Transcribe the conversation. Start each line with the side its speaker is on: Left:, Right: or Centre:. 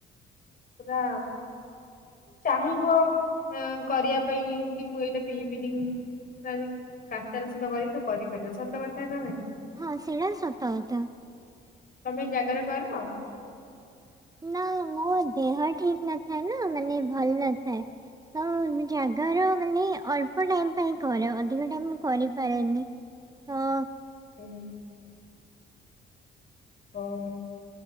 Left: ପୁରା ଚାହିଁବ କରିବା ପାଇଁ କି ମୁଁ ଏଇଟା ପିିଇବିନି ପଚାରି କାଷ୍ଟାର ସହିତ କରିଚୁ କରିପାରିବୁ ସତ କଥା ନ ନାଇଁ।
Right: ହୁ ସେଟା ସତ କଥ।
Left: ତମେ ଜାଗର କର?
Right: ନା ମୋ ଦେହ ଠିକ୍ ନଥାଏ ନା ମାନେ ଭଲ ନଥାଏ। ମ ଜାଗାର ମାନେ ଅଳ୍ପ ଟାଇମ ପାଇଁ କରେ ଅଧିକ ଟାଇମ କରିପାରେନି। ହଁ।
Left: ହୁଁ। ଓହୋ